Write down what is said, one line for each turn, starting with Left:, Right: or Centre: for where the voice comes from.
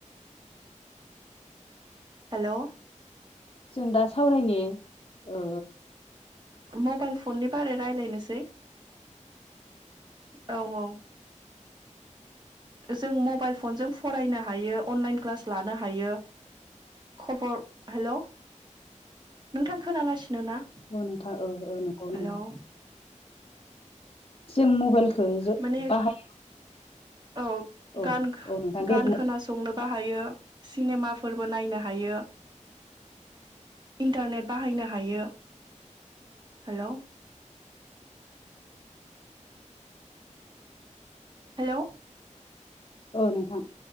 Right: हेलौ!
Left: जों दा सावरायनि ओ।
Right: मबाइल फननि बारै रायलायनोसै। है। औ-औ। जों मबाइल फनजों फरायनो हायो, अनलाइन क्लास लानो हायो। खबर हेलौ! नोंथां खोनागासिनो। नोना
Left: गेजेर नोंथां ओ ओ नंगौ
Right: हेलौ!
Left: नंगौ जों मबाइलखौ जो
Right: माने
Left: बाहायो।
Right: औ
Left: औ
Right: गान
Left: औ नोंथां दे
Right: गान
Left: बुंलाय
Right: खोनासंनो बाहायो सिनेमाफोर बो नायनो हायो इन्टारने बाहनो हायो हेल' हेलै
Left: औ नोंथां।